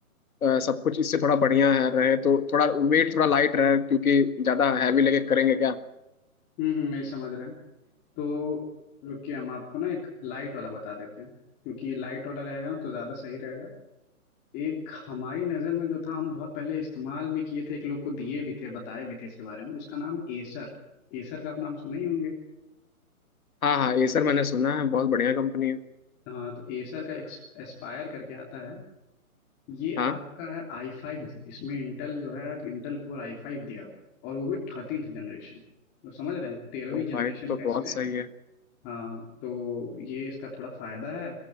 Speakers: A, on the left (about 70°); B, on the left (about 25°).
A: आ, सब कुछ इससे थोड़ा बढ़िया है रहे तो थोड़ा वेट थोड़ा लाइट रहे क्योंकि ज़्यादा हैवी लगे करेंगे क्या
B: हम्म हम्म, मैं समझ रहे हैं तो रुकिए हम आपको ना एक लाइट वाला बता देते हैं क्योंकि लाइट वाला रहेगा ना तो ज़्यादा सही रहेगा एक हमारी नज़र में जो था हम बहुत पहले इस्तेमाल भी किए थे एक लोग को दिए भी थे बताए भी थे इसके बारे में उसका नाम एसर एसर का आप नाम सुने ही होंगे
A: हाँ हाँ एसर मैंने सुना है बहुत बढ़िया कंपनी है
B: हाँ तो एसर का एक्स एस्पायर करके आता है ये
A: हाँ
B: आपका है आई फाइव जी इसमें इंटेल जो है इंटेल कोर आई फाइव दिया हुआ है और वो भी थर्टींथ जनरेशन तो समझ रहे हैं तेरहवीं
A: तो
B: जनरेशन
A: भाई तो
B: का इसमें
A: बहुत सही है
B: हाँ तो ये इसका थोड़ा फायदा है